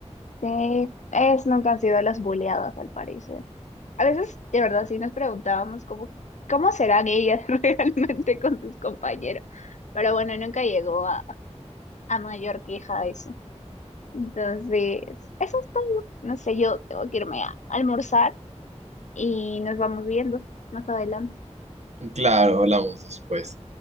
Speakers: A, on the left; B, on the right.
A: sí. Ellas nunca han sido las boleadas, al parecer. A veces, de verdad, sí nos preguntábamos cómo, cómo serán ellas <laughs> realmente con sus compañeros. Pero bueno, nunca llegó a, a mayor queja eso. Entonces, eso es todo. No sé, yo tengo que irme a almorzar y nos vamos viendo más adelante.
B: Claro, hablamos después.